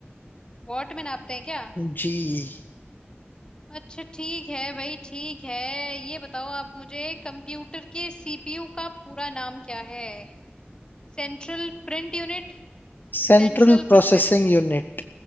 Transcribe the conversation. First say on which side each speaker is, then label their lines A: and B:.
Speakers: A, on the left; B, on the left.
A: वॉट में नापते हैं क्या
B: जी
A: अच्छा ठीक है भाई ठीक है ये बताओ आप मुझे कंप्यूटर के सीपीयू का पूरा नाम क्या है Central print unit
B: Central
A: Central
B: processing
A: process
B: unit